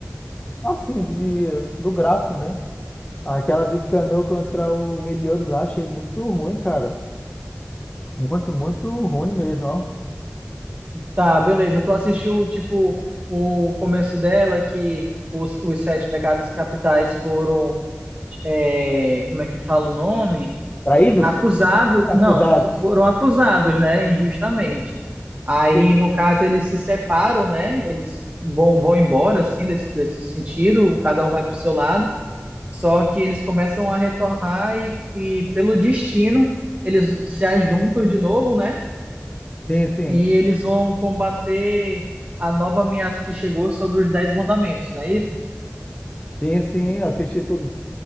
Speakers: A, on the left; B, on the right.
A: assim, de, do gráfico, né? Aquela do Escanor contra o Meliodas lá, achei muito ruim, cara. Muito, muito ruim mesmo, ó.
B: Tá, beleza. Tu assistiu, tipo, o começo dela, que os, os sete pecados capitais foram, é, como é que fala o nome?
A: Traídos?
B: Acusados,
A: Acusado,
B: não, f- foram acusados, né, injustamente. Aí,
A: sim,
B: no caso, eles se separam, né? Eles vão, vão embora, assim, desse, desse sentido, cada um vai pro seu lado. Só que eles começam a retornar e, e pelo destino, eles se ajuntam de novo, né?
A: sim, sim,
B: E eles vão combater a nova ameaça que chegou sobre os Dez Mandamentos, não é isso?
A: sim, sim, eu assisti tudo.